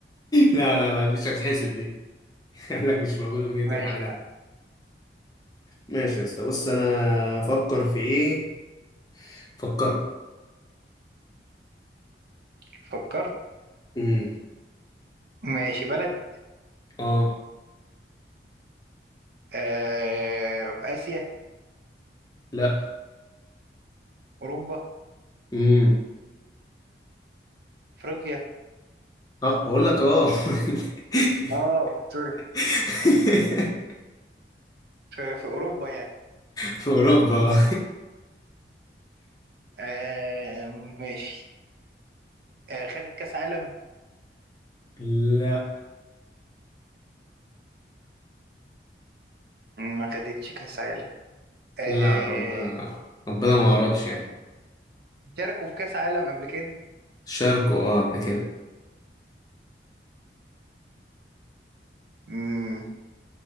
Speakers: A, on the left; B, on the right.
A: لا لا لا دي مش هتحسب دي <laughs> قال لك مش موجوده في جنينه
B: ماشي
A: الحيوانات
B: يا عم
A: ماشي يا اسطى بص انا افكر في ايه فكرت
B: فكرت
A: امم
B: ماشي بلد
A: اه
B: آه في آسيا
A: لا
B: أوروبا
A: امم
B: أفريقيا
A: اه بقول لك اه <laughs>
B: اه سوري
A: <laughs>
B: في, في أوروبا يعني
A: في اوروبا
B: آه ماشي آه خدت كأس عالم
A: <laughs> لا
B: ما خدتش كأس عالم آه
A: لا ربنا ربنا ما اردش يعني
B: شاركوا في كأس عالم قبل كده
A: شاركوا اه قبل كده
B: مم.